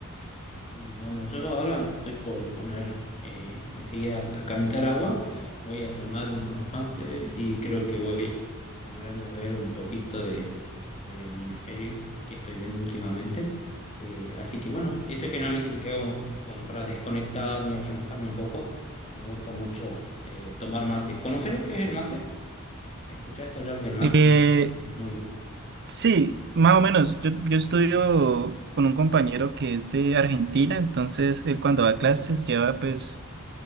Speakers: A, on the left; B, on the right.
A: Y bueno, yo ahora estoy por poner eh, enseguida a calentar agua, voy a tomar unos mates y creo que voy a ponerme a ver un poquito de, de una serie que estoy viendo últimamente. Eh, así que bueno, eso es generalmente lo que hago como para desconectarme, relajarme un poco. Me gusta mucho eh, tomar mates. ¿Conoces lo que es el mate? ¿Escuchaste hablar del mate?
B: Eh,
A: Es muy,
B: sí, más o menos. Yo, yo estudio con un compañero que es de Argentina, entonces él cuando va a clases lleva pues